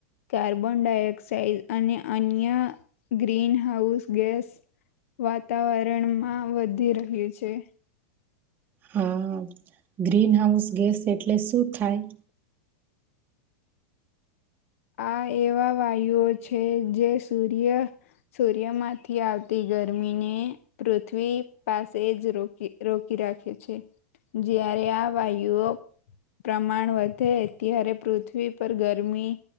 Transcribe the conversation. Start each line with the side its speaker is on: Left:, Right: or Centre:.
Left: કાર્બન ડાયોક્સાઇડ અને અન્ય ગ્રીન હાઉસ ગેસ વાતાવરણમાં વધી રહ્યું છે.
Right: હા ગ્રીન હાઉસ ગેસ એટલે શું થાય.
Left: આ એવા વાયુઓ છે જે સૂર્ય સૂર્યમાંથી આવતી ગરમીને પૃથ્વી પાસે જ રોકી રોકી રાખે છે. જ્યારે આ વાયુ ઓ પ્રમાણ વધે ત્યારે પૃથ્વી પર ગરમી